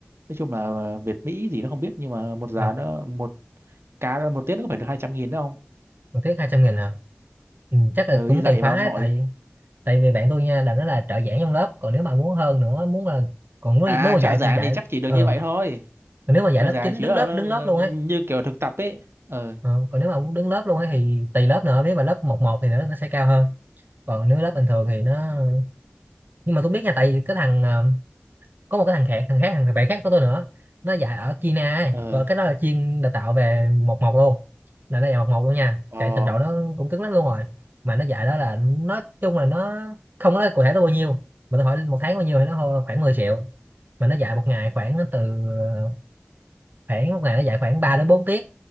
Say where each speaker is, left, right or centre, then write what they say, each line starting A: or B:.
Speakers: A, on the right; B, on the right.
A: Nói chung là ờ, Việt Mỹ gì nó không biết nhưng mà một giờ
B: Ờ.
A: nó một cá một tiết nó phải được hai trăm nghìn đúng không?
B: một tiết 200 nghìn hả ừ, chắc là
A: Ừ,
B: cũng
A: đi dạy
B: tùy khóa
A: mà
B: ấy,
A: ông nội.
B: tại tại vì bạn tôi nha là nó là trợ giảng trong lớp còn nếu mà muốn hơn nữa muốn là còn nếu
A: À
B: nếu mà
A: trợ
B: dạy
A: giảng
B: thì dạy
A: thì chắc chỉ được
B: ờ
A: như vậy thôi.
B: còn nếu mà dạy
A: Trợ
B: lớp
A: giảng
B: chín
A: chỉ
B: đứng
A: là
B: lớp
A: nó
B: đứng lớp luôn
A: như
B: ấy
A: kiểu thực tập ấy. Ờ
B: ờ, còn nếu mà muốn đứng lớp luôn ấy thì tùy lớp nữa nếu mà lớp một một thì nó, nó sẽ cao hơn còn nếu lớp bình thường thì nó nhưng mà tôi biết nha tại vì cái thằng ờ, có một cái thằng khác thằng khác thằng bạn khác của tôi nữa nó dạy ở China ấy
A: ờ.
B: còn cái đó là chuyên đào tạo về một một luôn là nó dạy một một luôn nha
A: Ồ,
B: chạy trình độ nó cũng cứng lắm luôn rồi mà nó dạy đó là nói chung là nó không có nói cụ thể nó bao nhiêu mà tôi hỏi một tháng bao nhiêu thì nó hô khoảng 10 triệu mà nó dạy một ngày khoảng từ ờ, khoảng một ngày nó dạy khoảng 3 đến 4 tiết